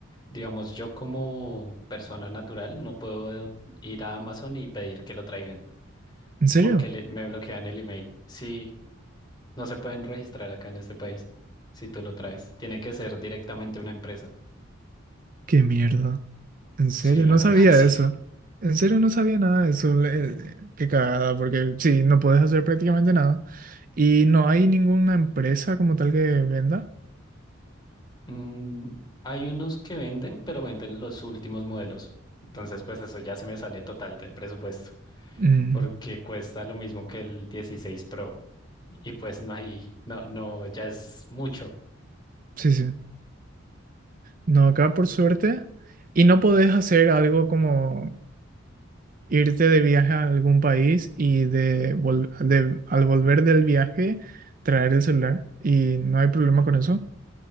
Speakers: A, on the left; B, on the right.
A: Digamos, yo como persona natural no puedo ir a Amazon y pedir que lo traigan
B: ¿En serio?
A: porque le- me bloquean el email. Sí, no se pueden registrar acá en este país si tú lo traes. Tiene que ser directamente una empresa.
B: ¿Qué mierda? ¿En serio?
A: Sí, la
B: No
A: verdad,
B: sabía
A: <laughs> sí.
B: eso. En serio no sabía nada de eso. Le- eh, Qué cagada, porque sí, no puedes hacer prácticamente nada. Y no hay ninguna empresa como tal que venda.
A: Mm, hay unos que venden, pero venden los últimos modelos. Entonces, pues eso ya se me sale total del presupuesto
B: Ujú.
A: porque cuesta lo mismo que el 16 Pro y pues no hay, no, no, ya es mucho.
B: Sí, sí. No, acá por suerte. Y no podés hacer algo como irte de viaje a algún país y de, vol- de- al volver del viaje traer el celular y no hay problema con eso.